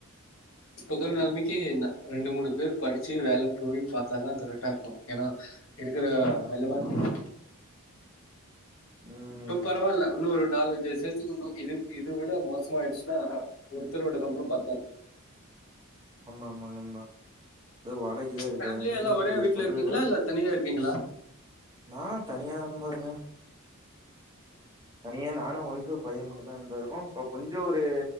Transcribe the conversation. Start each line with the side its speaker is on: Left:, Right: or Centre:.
Left: இப்ப உள்ள நிலமைக்கி என்ன ரெண்டு மூணு பேர் படிச்சு வேலைக்கு போய் பாத்தாதான் கரெக்டா இருக்கும் ஏன்னா இருக்குற
Right: ஆமா
Left: வெலவாசிக்கு
Right: நண்பா ம்
Left: இப்ப பரவால்ல இன்னும் ஒரு நாலுஞ்சு வருசேத்துக்கு இன்னும் இது இது விட மோசமாயிடுச்சுன்னா ஒருத்தரோட சம்பளம் பத்தாது
Right: அம்மா அம்மா நம்பா அது வாடகைகுதான் இருக்கேன்
Left: ஃபேமிலியா
Right: நீங்க
Left: எல்லாம்
Right: எப்டி
Left: ஒரே வீட்ல
Right: சொந்த
Left: இருக்கீங்களா?
Right: வீடா
Left: இல்ல தனியா இருக்கீங்களா?
Right: நான் தனியாநபான் இருகேன் தனியா நானும் ஓய்ப் பையன் மட்டு தான் நன்பா இருக்கோம் கொஞ்சம் ஒரு